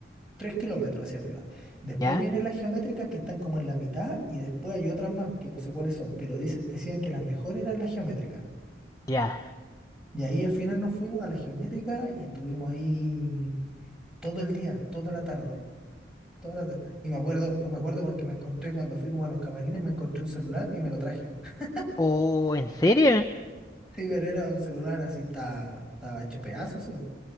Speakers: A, in the centre; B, on the left.
A: tres kilómetros hacia arriba. Después
B: ¿Ya?
A: vienen las geométricas que están como en la mitad y después hay otras más que no sé cuáles son, pero dice, decían que las mejores eran las geométricas.
B: ¿Ya?
A: Y ahí al final nos fuimos a las geométricas y estuvimos ahí todo el día, toda la tarde. toda la tarde. Y me acuerdo, pues me acuerdo porque me encontré cuando fui como a los camarines, me encontré un celular y me lo traje. <laughs>
B: ¿Oh, en serio?
A: Sí, pero era un celular así, estaba, estaba hecho pedazos, sí.